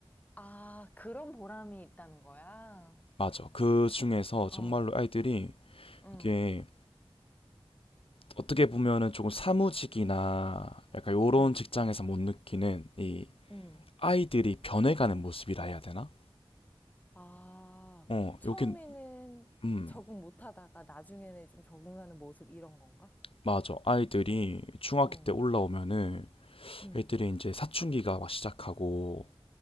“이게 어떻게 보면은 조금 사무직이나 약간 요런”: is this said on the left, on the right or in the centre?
Left